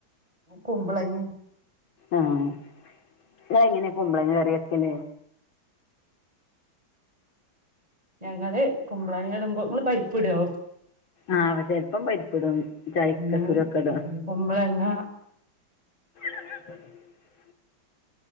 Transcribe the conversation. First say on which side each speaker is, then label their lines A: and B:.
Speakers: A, on the right; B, on the left.
A: കുമ്പളങ്ങ്യ
B: ആഹ് ഇങ്ങള് എങ്ങനെ കുമ്പളങ്ങ കറി വെക്കല്
A: ഞങ്ങള് കുമ്പളങ്ങ ഇടുമ്പോ ഇങ്ങള് പരിപ്പ് ഇടോ
B: ആഹ് അപ്പ ചെൽപ്പം പരിപ്പ് ഇടും ചക്ക
A: ഞങ്ങള്
B: കുരു ഒക്ക ഇടും
A: കുമ്പളങ്ങ
B: ആ